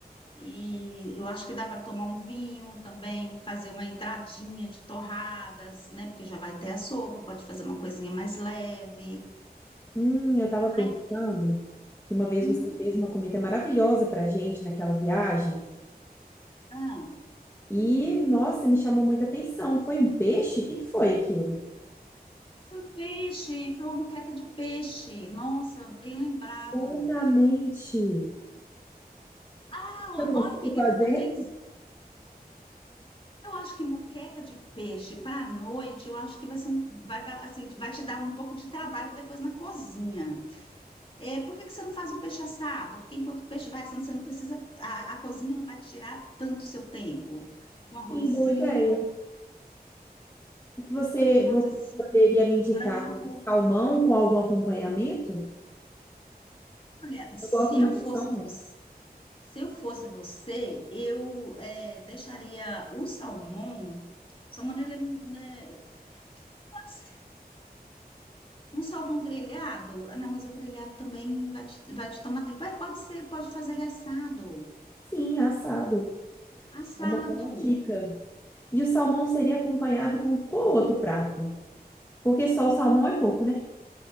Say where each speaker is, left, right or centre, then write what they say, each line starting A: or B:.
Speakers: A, on the left; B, on the left.
A: E eu acho que dá para tomar um vinho também, fazer uma entradinha de torradas, né? Porque já vai ter a sopa, pode fazer uma coisinha mais leve.
B: Hum, eu estava pensando
A: Aí tem.
B: que uma vez
A: Hum,
B: você fez uma comida maravilhosa para gente naquela viagem
A: ah,
B: e, nossa, me chamou muita atenção. Foi um peixe? O que que foi aquilo?
A: foi um peixe, foi uma moqueca de peixe. Nossa, bem lembrado.
B: Exatamente.
A: Ah, o-
B: Eu consigo
A: olha aqui, o
B: fazer?
A: que que eu tô pensando? Eu acho que moqueca de peixe para a noite, eu acho que vai ser um, vai dar, assim, vai te dar um pouco de trabalho depois na cozinha. É, por que que você não faz o peixe assado? Porque enquanto o peixe vai assando, você não precisa, a, a cozinha não vai te tirar tanto o seu tempo. Com arrozinho,
B: Sim, boa ideia.
A: um
B: O que que você, você
A: arrozinho
B: poderia me indicar?
A: branco.
B: Um salmão com algum acompanhamento?
A: Olha, se
B: Eu gosto muito
A: eu fosse
B: de salmão.
A: você, se eu fosse você, eu é, deixaria o salmão. Salmão, ele é, né, pode ser. Um salmão grelhado? Ah, não, mas o grelhado também vai te, vai te tomar tempo. Ah, pode ser, pode fazer ele assado.
B: Sim, assado.
A: Assado.
B: É uma boa dica. E o salmão seria acompanhado com qual outro prato? Porque só o salmão é pouco, né?